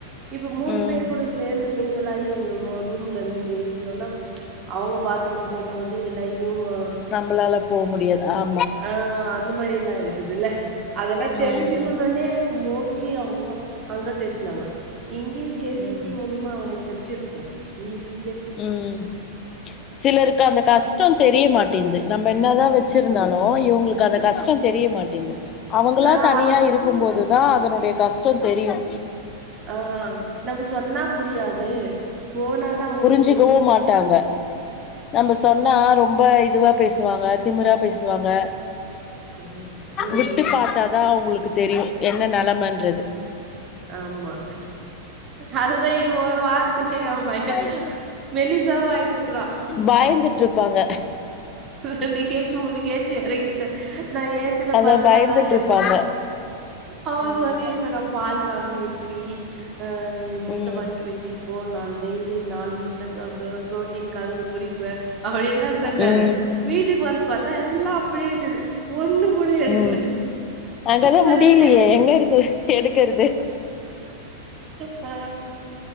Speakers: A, on the right; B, on the left.
A: இப்ப மூணு
B: ம்
A: பேரு கூட சேந்து ங்லாயி ரோ ரூம்ல இருக்குனுன்னா அவுங்க பாத்ரூம் போம்போது இல்ல இவுங்க
B: நம்ளால போ முடியாது ஆ
A: ஆ அந்த மாரிலா இருக்குதுல்ல அதெல்லா
B: ஆ
A: தெரிஞ்சுக்ணுனே
B: ம்
A: மோஸ்ட்லி அவுங்க அங்க சேத்னாங்க இங்கே கே சி
B: ம்
A: டி மூலிமா அவன கெட்ச்சிருக்கு ப்ரீ சீ
B: ம் சிலருக்கு அந்த கஷ்டோ தெரிய மாட்டேன்து நம் ம் என்னாதா வச்சிருந்தாலு இவுங்களுக்கு அந்த கஷ்டோ தெரிய மாட்டேன்து அவுங்களா
A: ஆ
B: தனியா
A: அது
B: இருக்கு போதுதா அதனுடைய கஷ்டோ தெரியு
A: ஆ நம்ப சொன்னா புரியாது போனா தா அவுங்ளு
B: ஞ்சுக்கவு மாட்டாங்க நம்ப சொன்னா ரொம்ப இதுவா பேசுவாங்க திமிரா பேசுவாங்க
A: ம் ம்
B: விட்டு
A: ம்
B: பாத்தா தா அவுங்ளு க்கு தெரியு என்ன நெலமன்றது
A: ஆமா அதுதா இது ஒரு வாரத்தில எ பையேன்
B: ம்
A: மெலி ஞ்சாவா ஆயிட்ருக்குறா
B: பயந்துட்டு இருப்பாங்க
A: ரெண்டு கே ஜி மூணு கே ஜி எறங்கி ட்டு நா ஏத்துன
B: அதா
A: பல்க்கல்லா
B: பயந்துட்டு
A: எறக்கிட்
B: இருப்பாங்க
A: அவே
B: ம்
A: சொல்லிட்டு போனா பால் வாங்கி வச்சுவெய்யி ஆ முட்ட
B: ம்
A: வாங்கி வச்சுட்டு போ நான் டெய்லி நாலு முட் ட சாப்டுவே புரோட்டீன் கலந்து குடிக்குவே அப்டின்லா சொன்னாரு
B: ம்
A: வீட்டுக்கு வந்து பாத்தா எல்லா அப்டியேக்குது ஒண்ணு கூட எடுக்கல.
B: ம் அங்கதா
A: நான்
B: முடிலியே
A: நினைச்சேன்
B: எங்கருந்து எடுக்குறது
A: ஆ